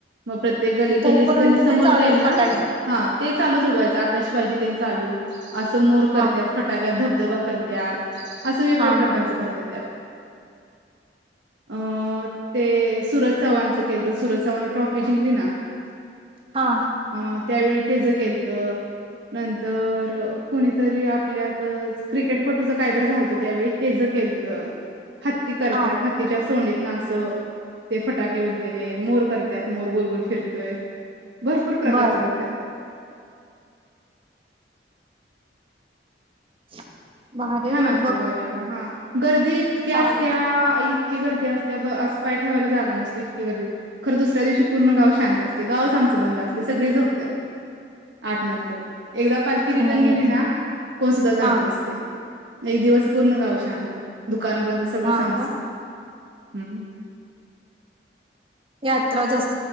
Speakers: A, on the right; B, on the right.
A: मग प्रत्येक गली
B: तोपर्यंत
A: गली गल्ली समोर
B: ते चालूच
A: जाईल ना
B: फटाक्या.
A: हा ते चालू सोडवायचं आताशवाजी तेन चालू असं मोर
B: हा
A: करतात
B: हा
A: फटाक्यात धब जबा करत्यात असं वेगवेगळ्या
B: हा
A: प्रकारचं
B: हा हा
A: करत्यात त्यात अ ते सुरज चव्हाणच केलत सुरज चव्हान न ट्रॉफी जिंकली ना.
B: हा
A: अ त्यावेळी तेज केलत नंतर कोणीतरी आपल्यात क्रिकेटपटूच काहीतरी झालतं त्यावेळी तेज केलत हत्ती करत्यात
B: हा
A: हत्तीच्या सोडींत ना अस ते फटाके उडत ते ले मूर करत्यात मोर गोलगोल फिर ते <unintelligible> भरपूर प्रकारच
B: बर
A: करत्यात.
B: <inaudible> भारी
A: छान
B: आहे ग
A: असतय बघायला हा गर्दी इतकी
B: चांगलंच.
A: असत्या ईत इतकी गर्दी असत्या ब असं पाय ठेवायला जागा नसते. इतकी गर्दी खरं दुसऱ्या दिवशी पूर्ण गाव शांत असतय. गावच आमचं बंद असतय सगळी झोपत्या आठ नंतर. एकदा पालखी रिटर्न
B: हम्म
A: गेली ना कोण सुद्धा जाग
B: हा
A: नसतय. एक दिवस पूर्ण गाव शांत दु दुकान बंद सगळं
B: हा
A: सामसूम
B: का
A: हम्म.
B: यात्रा जास्त